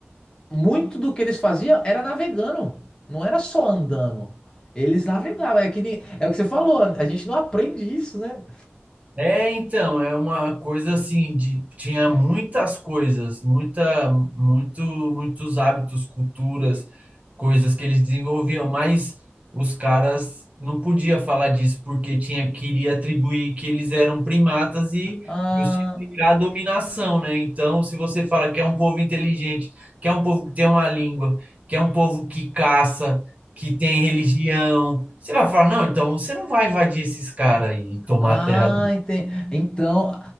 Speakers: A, on the left; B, on the right.
A: muito do que eles faziam era navegando, não era só andando. Eles navegavam, é que nem- é o que você falou, a gente não aprende isso, né?
B: É, então, é uma coisa assim de tinha muitas coisas, muita muito muitos hábitos, culturas, coisas que eles desenvolviam, mas os caras não podia falar disso porque tinha queria atribuir que eles eram primatas e
A: Ah,
B: justificar a dominação, né? Então, se você fala que é um povo inteligente, que é um povo que tem uma língua, que é um povo que caça, que tem religião. Você vai falar, não, então você não vai invadir esses caras e tomar
A: ah,
B: a terra
A: entendi. Então,